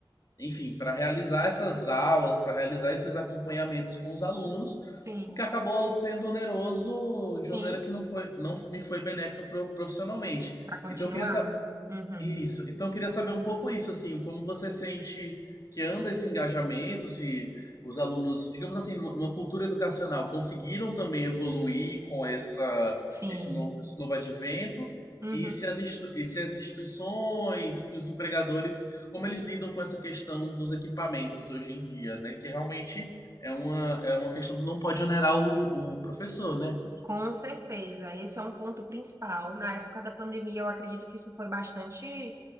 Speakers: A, on the left (about 45°); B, on the right (about 35°).
A: enfim, para realizar essas aulas, para realizar esses acompanhamentos com os alunos,
B: sim,
A: o que acabou sendo oneroso de
B: sim,
A: uma maneira que não, foi, não me foi benéfica profissionalmente.
B: para continuar.
A: Então eu queria
B: Uhum,
A: isso. Então eu queria saber um pouco isso, assim, como você sente que anda esse engajamento, se os alunos, digamos assim, nu- numa cultura educacional, conseguiram também evoluir com essa,
B: sim,
A: esse, no- esse novo advento,
B: uhum.
A: e se as, institu- e se as instituições, enfim, os empregadores, como eles lidam com essa questão dos equipamentos hoje em dia, né? Que realmente é uma, é uma questão que não pode onerar o, o professor, né?
B: Com certeza, esse é um ponto principal. Na época da pandemia, eu acredito que isso foi bastante